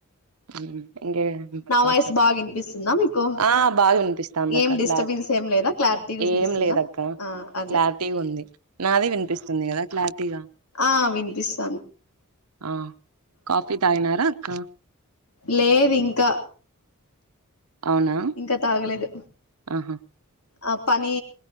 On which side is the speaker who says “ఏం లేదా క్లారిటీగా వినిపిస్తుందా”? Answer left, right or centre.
Left